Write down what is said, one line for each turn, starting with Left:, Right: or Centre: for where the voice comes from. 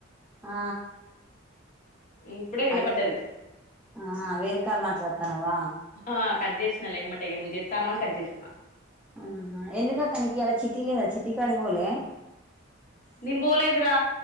Centre: ఆ
Left: ఇప్పుడే వినపడ్డది
Centre: అ హా వేరే కాలు మాట్లాడతున్నవా
Left: ఆ కట్ జేసినాలే ఎమ్మటేగా నువ్వు చేత్తానవని కట్ జేసిన
Centre: ఆ ఎందుకక్క నీకు ఇలా చిటి లేదా చిటికాడికి పోలే
Left: నేన్ పోలేదురా